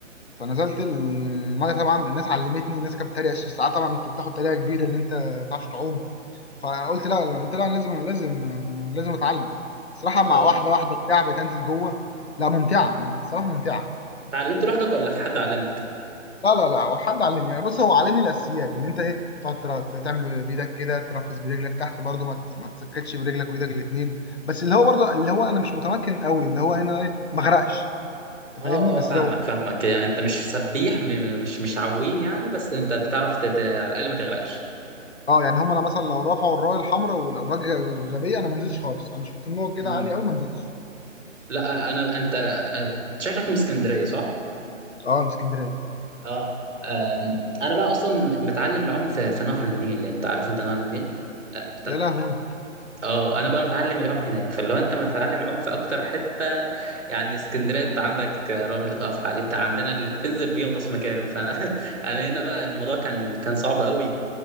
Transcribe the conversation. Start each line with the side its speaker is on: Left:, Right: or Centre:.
Left: فنزلت الميه طبعا الناس علمتني الناس كانت بتتريق عشان ساعات طبعا انت بتاخد تريقه كبيره ان انت ما تعرفش تعوم فقلت لا لا، قلت لا لازم لازم لازم اتعلم صراحه مع
Right: اه
Left: واحده واحده بتاع بتنزل جوه لا ممتعه صراحه ممتعه
Right: اتعلمت لوحدك ولا في حد علمك
Left: لا لا لا هو حد علمني يعني بص هو علمني الاساسيات ان انت ايه تقعد تر- تعمل بايدك كده ترفس برجلك تحت برضو ما ت- ما تسكتش برجلك وايدك الاثنين بس اللي هو برضو اللي هو انا مش متمكن قوي اللي هو انا ايه ما اغرقش انت
Right: اه
Left: فاهمني بس
Right: اه فاهمك
Left: لو
Right: فاهمك يعني انت مش سبيح م- مش مش عويم يعني بس انت بتعرف تت... على الاقل ما تغرقش
Left: اه يعني هم انا مثلا لو رفعوا الرايه الحمراء والامواج غبيه انا ما نزلتش خالص انا شفت النور كده
Right: مم.
Left: عالي قوي ما نزلتش
Right: لا انا انت آه، شكلك من اسكندريه صح
Left: اه من اسكندريه
Right: اه آم، انا بقى اصلا متعلم العوم في, في نهر النيل انت عارف انت نهر النيل اه بتاع-
Left: يا لهوي
Right: آه، انا بقى متعلم العوم هناك فاللي هو انت متعلم العوم في اكتر حته يعني اسكندريه انت عندك رمل تقف عليه بتاع عندنا اللي بتنزل بيغطس مكانه فانا <laughs> انا هنا بقى الموضوع كان كان صعب قوي